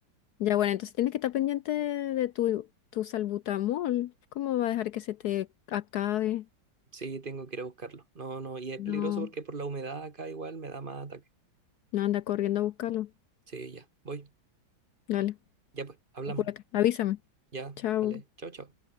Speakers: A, on the left (about 70°); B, on the right (about 30°).
A: Ya, bueno, entonces tienes que estar pendiente de tu, tu salbutamol. ¿Cómo va a dejar que se te acabe?
B: Sí, tengo que ir a buscarlo. No, no, y es
A: No,
B: peligroso porque por la humedad acá igual me da más ataque.
A: no anda corriendo a buscarlo.
B: Sí, ya, voy.
A: Dale,
B: Ya pues, hablamos.
A: apúrate. Avísame.
B: Ya,
A: Chao.
B: vale. Chao, chao.